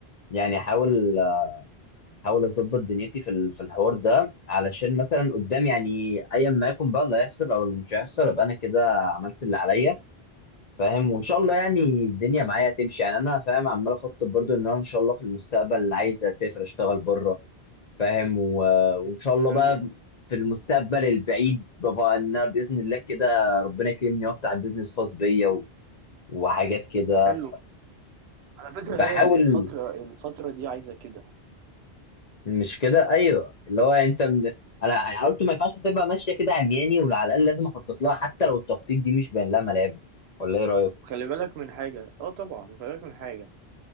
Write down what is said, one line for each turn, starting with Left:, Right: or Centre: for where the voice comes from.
Left: يعني احاول احاول اظبط دنيتي في ال- في الحوار ده علشان مثلا قدام يعني ايا ما يكون بقى اللي هيحصل او اللي مش هيحصل ابقى انا كده عملت اللي عليا فاهم وان شاء الله يعني الدنيا معايا تمشي يعني انا فاهم عمال اخطط برضو ان انا ان شاء الله في المستقبل عايز اسافر اشتغل بره فاهم و... وان شاء الله
Right: حلو
Left: بقى في المستقبل البعيد بقى ان انا باذن الله كده ربنا يكرمني وافتح بيزنس خاص بيا و... وحاجات كده
Right: حلو على فكرة
Left: فبحاول
Right: هي ال- الفترة الفترة دي عايزة كده
Left: مش كده ايوه اللي هو انت من... انا قلت ما ينفعش اسيبها ماشيه كده عمياني وعلى الاقل لازم اخطط لها حتى لو التخطيط دي مش باين لها ملامح ولا ايه رايك
Right: خلي بالك من حاجة اه طبعا خلي بالك من حاجة